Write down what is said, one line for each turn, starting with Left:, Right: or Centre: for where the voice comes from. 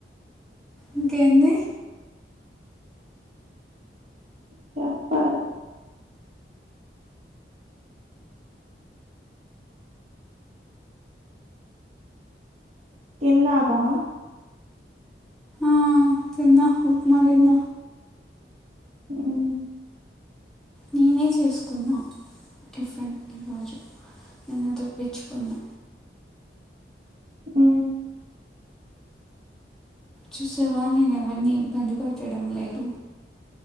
Centre: ఇంకేంది
Right: చెప్పాల తిన్నావా
Centre: ఆ తిన్న ఉప్మా తిన్న
Right: ఉ
Centre: నేనే చేసుకున్నా టిఫిన్ ఈరోజు నిన్న తెప్పించుకున్నా
Right: ఉ
Centre: చూసావా నేను ఎవరిని ఇబ్బంది పెడట్టడం లేదు